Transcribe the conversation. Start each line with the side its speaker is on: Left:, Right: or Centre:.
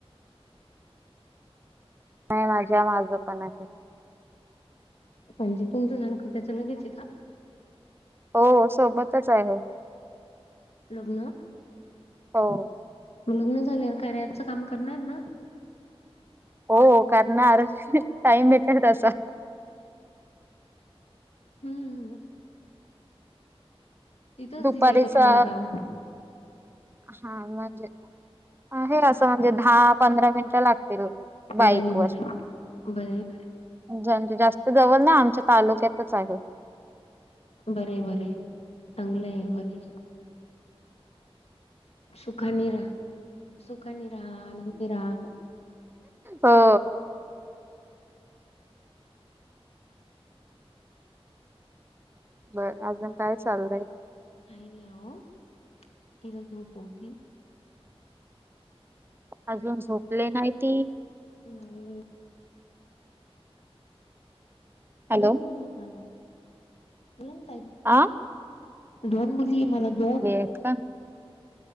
Right: नाय माझ्यामाग पण आहे.
Left: म्हणजे तुमचं झालं का, त्याचं लगेचं ये का?
Right: हो हॊ सोबतचं आहे.
Left: लग्नं.
Right: हो.
Left: लग्न झाल्यावर काय रॅपचं काम करणार ना.
Right: हॊ करणार टाईम भेटलं तसं.
Left: हम्म हम्म हम्म. तिथंच
Right: दुपारीचा
Left: दिलंय का तुम्हाला गावात?
Right: हा म्हणजे आहे असं म्हणजे दहा पंधरा मिनट लागते रो बाईकवर.
Left: बरे बर बरे बरे
Right: म्हणजे आमच्या जास्त जवळ नाय आमच्या तालुक्यातचं आहे.
Left: बरंय बरंय चांगलंय बरे. सुखानी राह, सुखानी राह आनंदी राहा.
Right: हो. बरं अजून काय चाललंय?
Left: काय नाही अहो तिला झोपवती.
Right: अजून झोपले नाय ती.
Left: नाही.
Right: हॅलो
Left: दोन मुली मला. <unintelligible>
Right: आ.
Left: दोन मुली ये मला दोनं
Right: हेत का?